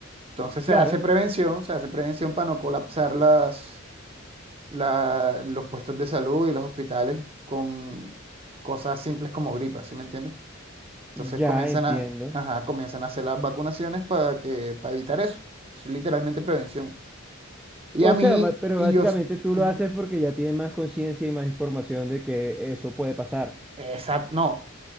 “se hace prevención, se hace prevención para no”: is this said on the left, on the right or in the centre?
Right